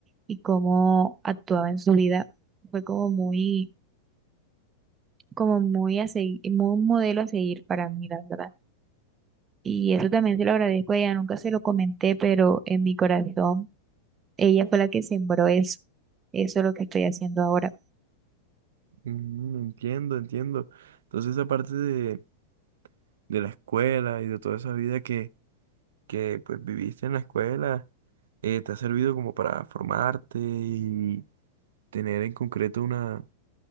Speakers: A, on the right (about 25°); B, on the right (about 80°).
A: y cómo actuaba en su vida. Fue como muy, como muy a seguir, muy un modelo a seguir para mí, la verdad. Y eso también se lo agradezco a ella, nunca se lo comenté, pero en mi corazón ella fue la que sembró eso, eso es lo que estoy haciendo ahora.
B: "Mm, entiendo, entiendo. Entonces esa parte de, de la escuela y de toda esa vida que, que pues viviste en la escuela, eh, te ha servido como para formarte y tener en concreto una